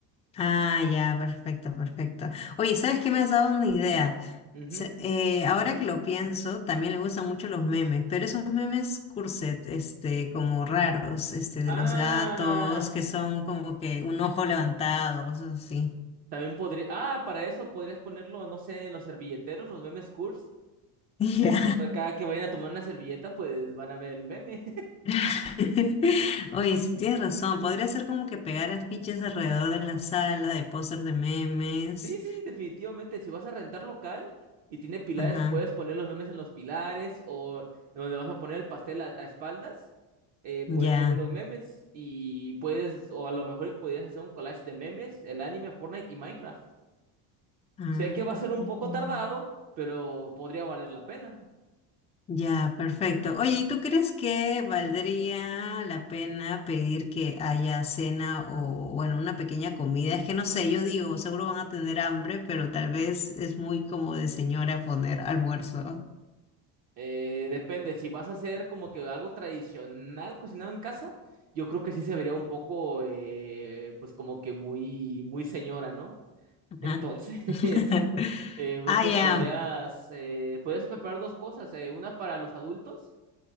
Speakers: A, on the left; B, on the right.
A: Ah, ya, perfecto, perfecto. Oye, ¿sabes qué me has dado una idea?
B: Ujú.
A: Se- eh, ahora que lo pienso, también le gustan mucho los memes, pero esos memes curset, este, como raros, este, de
B: Ah,
A: los gatos, que son como que un ojo levantado, cosas así. <laughs>
B: también podría, ah, para eso podrías ponerlo, no sé, en los servilleteros, los memes curls.
A: Ya.
B: Eh, Cada que vayan a tomar una servilleta, pues van a ver el meme.
A: <laughs> Oye, sí, tienes razón, podría ser como que pegar afiches alrededor de la sala de póster de memes.
B: Sí, sí, definitivamente. Si vas a rentar local y tiene pilares,
A: Ajá,
B: puedes poner los memes en los pilares o donde vas a poner el pastel a, a espaldas, eh, puedes
A: ya.
B: poner los memes y puedes, o a lo mejor podrías hacer un collage de memes, el anime, Fortnite y Minecraft.
A: Ah.
B: Sé que va a ser un poco tardado, pero podría valer la pena.
A: Ya, perfecto. Oye, ¿y tú crees que valdría la pena pedir que haya cena o, bueno, una pequeña comida? Es que no sé, yo digo, seguro van a tener hambre, pero tal vez es muy como de señora poner almuerzo.
B: Eh, depende, si vas a hacer como que algo tradicional cocinado en casa, yo creo que sí se vería un poco, eh, pues como que muy, muy señora, ¿no?
A: Ajá.
B: Entonces...
A: <laughs>
B: <laughs> eh, no
A: Ah,
B: sé,
A: ya.
B: podrías, eh, podrías preparar dos cosas, eh, una para los adultos